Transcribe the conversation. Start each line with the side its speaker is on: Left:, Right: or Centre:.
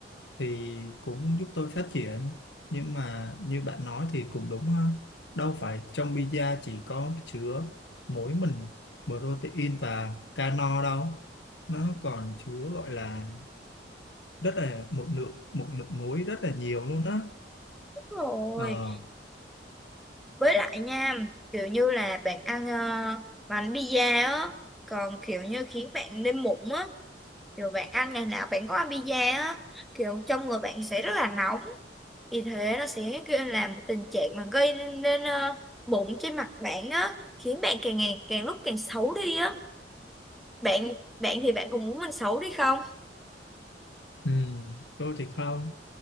Left: thì cũng giúp tôi phát triển nhưng mà như bạn nói thì cũng đúng ha đâu phải trong pizza chỉ có chứa mỗi mình protein và calo đâu nó còn chứa gọi là rất là một lượng một lượng muối rất là nhiều luôn á
Centre: Đúng rồi
Left: Ờ,
Centre: với lại nha kiểu như là bạn ăn ờ, bánh pizza á còn kiểu như khiến bạn lên mụn á kiểu bạn ăn ngày nào bạn có ăn pizza á kiểu trong người bạn sẽ rất là nóng vì thế nó sẽ gây là một tình trạng mà gây nên, nên ờ, mụn trên mặt bạn á khiến bạn càng ngày càng lúc càng xấu đi á bạn bạn thì bạn cũng muốn mình xấu đi không
Left: Ừ, tôi thì không